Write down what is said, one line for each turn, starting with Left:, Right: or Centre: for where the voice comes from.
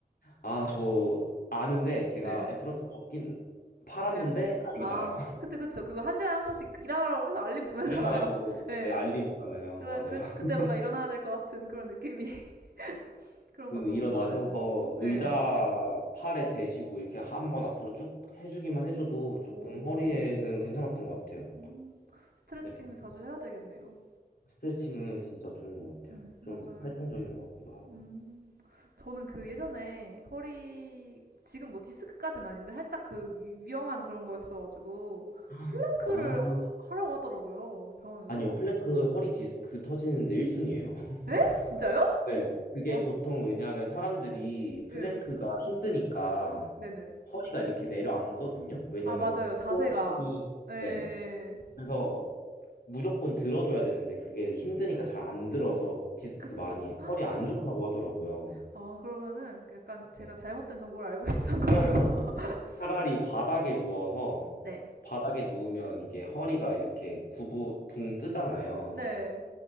Left: 아, 저 아는데 제가
Right: 예,
Left: 애플워치는 없긴 팔았는데
Right: 예.
Left: 알긴
Right: 아,
Left: 알아요.
Right: 그쵸, 그쵸. 그거 한 시간에 한 번씩 일어나라고 계속 알림 보내잖아요.
Left: 일어나라고
Right: <laughs> 예.
Left: 네, 알림 오잖아요.
Right: 그래,
Left: 맞아요.
Right: 그, 그때
Left: <laughs>
Right: 뭔가 일어나야 될 것 같은 그런 느낌이. <laughs> 그런
Left: 그
Right: 거 좋은
Left: 일어나셔서
Right: 것 같아요.
Left: 의자
Right: 예.
Left: 팔에 대시고 이렇게 한번 앞으로 쭉 해주기만 해줘도
Right: 오,
Left: 조금
Right: 오.
Left: 허리에는 괜찮았던 것 같아요.
Right: 음. 스트레칭
Left: 네.
Right: 자주 해야 되겠네요.
Left: 스트레칭은 진짜 좋은 것 같아요.
Right: 네
Left: 좀
Right: 맞아요.
Left: 활동적인 것 같기도 하고.
Right: 음, 저는 그 예전에 허리, 지금 뭐 디스크까지는 아닌데 살짝 그 위- 위험한 그런 거였어가지고,
Left: <gasps>
Right: 플랭크를
Left: 아,
Right: 하, 하라고 하더라고요, 병원에서.
Left: 아니요. 플랭크 허리 디스크 터지는데 1순위예요. <laughs>
Right: 에? 진짜요?
Left: 네. 그게
Right: 어,
Left: 보통 왜냐하면 사람들이 플랭크가
Right: 예.
Left: 힘드니까
Right: 네네.
Left: 허리가 이렇게 내려앉거든요. 왜냐하면
Right: 아, 맞아요. 자세가.
Left: 복원이
Right: 예, 예,
Left: 네.
Right: 예.
Left: 그래서 무조건 들어줘야 되는데 그게 힘드니까 잘 안 들어서 디스크
Right: 그쵸.
Left: 많이 허리 안 좋다고
Right: 어,
Left: 하더라고요.
Right: 어, 그러면은 그 약간 제가
Left: 네.
Right: 잘못된 정보를 알고 있었던 걸로.
Left: <laughs>
Right: <laughs>
Left: 차라리 바닥에 누워서
Right: 네.
Left: 바닥에 누우면 이게 허리가 이렇게 구부 붕 뜨잖아요.
Right: 네.